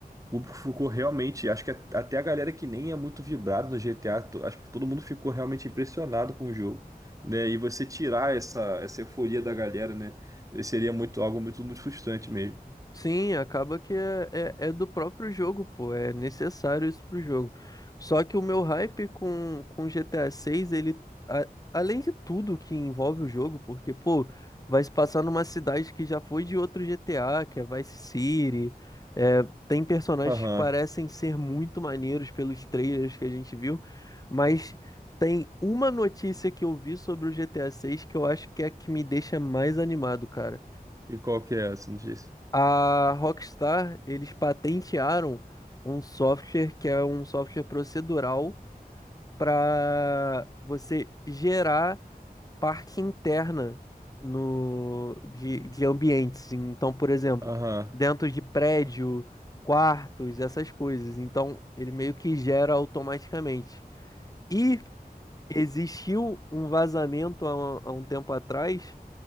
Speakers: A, on the right; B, on the left.
A: o público ficou realmente, acho que a- até a galera que nem é muito vibrada no GTA, to- acho que todo mundo ficou realmente impressionado com o jogo, né? E você tirar essa, essa euforia da galera, né? Seria muito, algo muito, muito frustrante mesmo.
B: Sim, acaba que é, é, é do próprio jogo, pô. É necessário isso pro jogo. Só que o meu hype com, com GTA 6, ele, a- além de tudo que envolve o jogo, porque, pô, vai se passar numa cidade que já foi de outro GTA, que é Vice City. é, tem personagens
A: Aham.
B: que parecem ser muito maneiros pelos trailers que a gente viu, mas tem uma notícia que eu vi sobre o GTA 6 que eu acho que é a que me deixa mais animado, cara.
A: E qual que é essa, não disse?
B: A Rockstar, eles patentearam um software que é um software procedural para você gerar parte interna no, de, de ambientes. Então, por exemplo,
A: Aham.
B: dentro de prédio, quartos, essas coisas. Então, ele meio que gera automaticamente. E existiu um vazamento há, há um tempo atrás